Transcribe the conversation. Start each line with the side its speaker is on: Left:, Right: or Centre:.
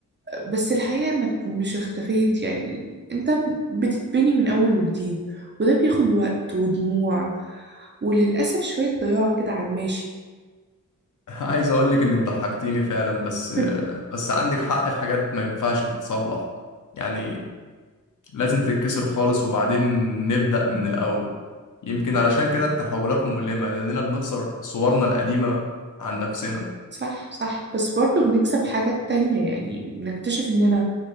Right: بس الحقيقة انك مش اختفيت يعني انت بتتبني من اول وجديد وده بياخد وقت ودموع وللأسف شوية ضياع كده على الماشي
Left: <laughs> عايز اقول لك انك ضحكتيني فعلا بس
Right: <laughs>
Left: بس عندك حق في حاجات ما ينفعش تتصلح يعني لازم تتكسر خالص وبعدين نبدأ من الاول يمكن علشان كده التحولات مؤلمة لاننا بنخسر صورنا القديمة عن نفسنا
Right: صح صح بس برضو بنكسب حاجات تانية يعني بنكتشف إننا